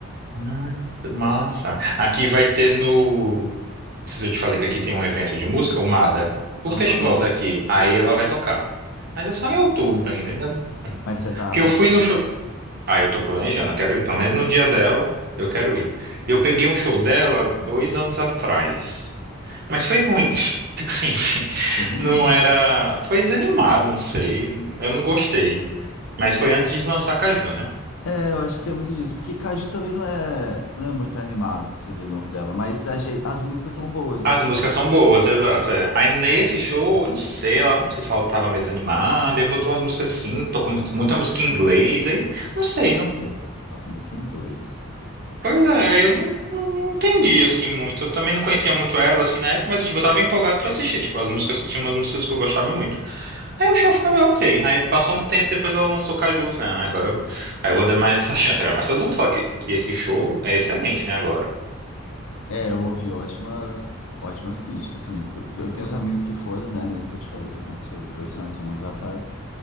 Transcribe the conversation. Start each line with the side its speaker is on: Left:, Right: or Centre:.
Right: Ai, que massa! Aqui vai ter no. Não sei se eu te falei que aqui tem um evento de música, o MADA. O
Left: Aham.
Right: festival daqui, aí ela vai tocar. Mas é só em outubro ainda, ainda.
Left: Mas você tá
Right: Porque
Left: planejando.
Right: eu fui no show. Ah, eu tô planejando, eu quero ir. Pelo menos no dia dela, eu quero ir. Eu
Left: Ah,
Right: peguei um show dela dois anos atrás. Mas foi ruim. <laughs> Tipo assim, <laughs>
Left: foi ruim?
Right: não era. Foi desanimado, não sei. Eu não gostei. Mas foi antes de lançar Caju, né?
Left: É, eu acho que tem muito disso, porque Caju também não é, não é muito animado o CD novo dela, mas a ge- as músicas são boas, tô
Right: As músicas são boas, exato. é. Aí nesse show, eu não sei, ela, não sei se ela tava meio desanimada, aí botou umas músicas assim, tocou mu- muita música em inglês, aí não sei,
Left: é.
Right: não
Left: que é? Nossa, música em inglês.
Right: Pois é, eu não, não entendi assim muito. Eu também não conhecia muito ela assim na época, mas tipo, eu tava empolgado pra assistir, tipo, as músicas, tinha umas músicas que eu gostava muito. Aí o show foi ok. Aí passou um tempo, depois ela lançou Caju, eu falei, ah, agora eu, aí eu vou dar mais essa chance agora. Mas todo mundo fala que, que esse show é excelente, né, agora.
Left: É, eu ouvi ótimas, ótimas críticas também. Eu tenho uns amigos que foram, né, nesse que eu te falei que aconteceu dois finais de semana atrás,